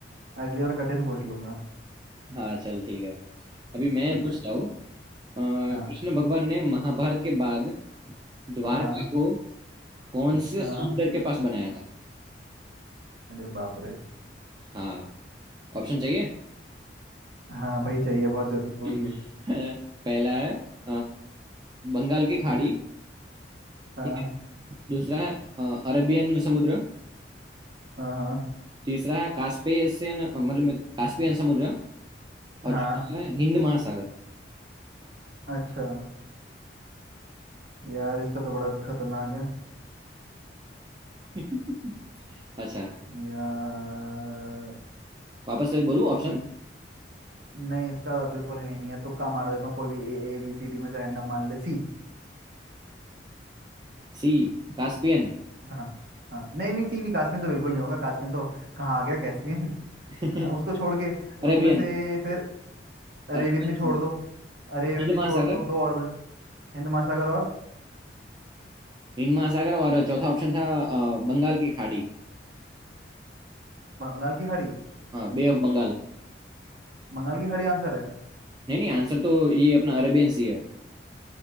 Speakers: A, on the right; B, on the right.
A: अगली बार कठिन पूछ लूंगा
B: हाँ चल ठीक है अभी मैं
A: ठीक
B: पूछता
A: है
B: हूँ अ,
A: हाँ
B: कृष्ण भगवान ने महाभारत के बाद द्वारका
A: हाँ
B: को कौन से
A: हाँ
B: समुंदर के पास बनाया था
A: अरे बाप रे
B: हाँ ऑप्शन चाहिए
A: हाँ भाई चाहिए बहुत जरूरी
B: <laughs>
A: है
B: पहला है अ, बंगाल की खाड़ी
A: हाँ
B: ठीक है दूसरा है अ, अरबियन समुद्र
A: हाँ हाँ
B: तीसरा है कास्पियन मतलब कास्पियन समुद्र और
A: हाँ
B: चौथा है हिंद महासागर
A: अच्छा यार इसका तो बड़ा खतरनाक है
B: <laughs> अच्छा
A: यार
B: वापस से बोलूं
A: हम्म,
B: option
A: नहीं इसका तो बिल्कुल है ही नहीं है तुक्का मार देता हूँ कोई भी A A B C D में से रैंडम मान ले सी
B: C Caspian
A: हाँ हाँ नहीं नहीं सी नहीं कास्मियन तो बिल्कुल नहीं होगा कास्मियन तो कहाँ आ गया कैस्पियन <laughs>
B: <laughs>
A: उसको छोड़ के
B: Arabian
A: उसमें से फिर अरेबियन
B: Arabian
A: भी छोड़
B: समुद्र,
A: दो अरेबियन
B: हिंद
A: भी
B: महासागर
A: छोड़ दो दो और बचो हिंद महासागर और
B: हिंद महासागर और चौथा ऑप्शन था अ, बंगाल की खाड़ी
A: बंगाल की खाड़ी
B: हाँ बे ऑफ बंगाल
A: बंगाल की खाड़ी आंसर है
B: नहीं नहीं आंसर तो ये अपना अरेबियन सी है